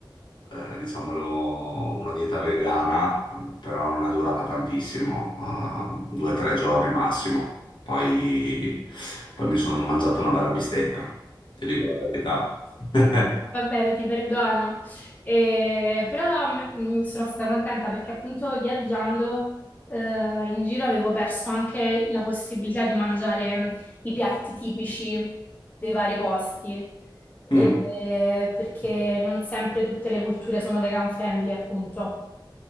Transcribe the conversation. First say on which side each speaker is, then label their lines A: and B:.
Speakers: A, on the left; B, on the left.
A: eh, diciamo, una dieta vegana, mh, però non è durata tantissimo, eh, due o tre giorni massimo. Poi, poi mi sono mangiato una bella bistecca, ti dico la verità. <laughs>
B: Va bene, ti perdono. Eh, però mm, sono stata contenta perché appunto viaggiando eh, in giro avevo perso anche la possibilità di mangiare mm, i piatti tipici dei vari posti,
A: Mm.
B: Eh, perché non sempre tutte le culture sono vegan friendly, appunto.